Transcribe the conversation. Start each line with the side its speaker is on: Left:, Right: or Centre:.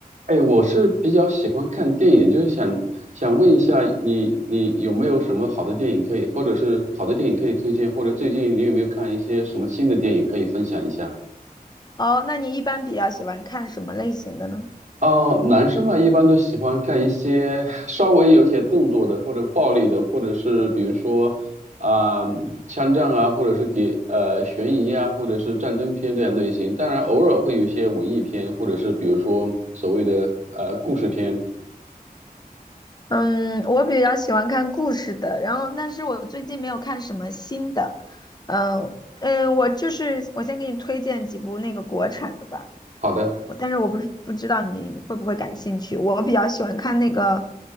Right: 哎，我是比较喜欢看电影，就是想想问一下你，你有没有什么好的电影可以，或者是好的电影可以推荐，或者最近你有没有看一些什么新的电影可以分享一下？
Left: 哦，那你一般比较喜欢看什么类型的呢？
Right: 哦，男生嘛，一般都喜欢看一些 <laughs> 稍微有些动作的，或者暴力的，或者是比如说啊、枪战啊，或者是谍呃悬疑啊，或者是战争片这样类型。当然，偶尔会有一些文艺片，或者是比如说所谓的呃故事片。
Left: 嗯，我比较喜欢看故事的，然后但是我最近没有看什么新的。嗯嗯，我就是我先给你推荐几部那个国产的吧，
Right: 好的。
Left: 我但是我不是不知道你会不会感兴趣。我比较喜欢看那个，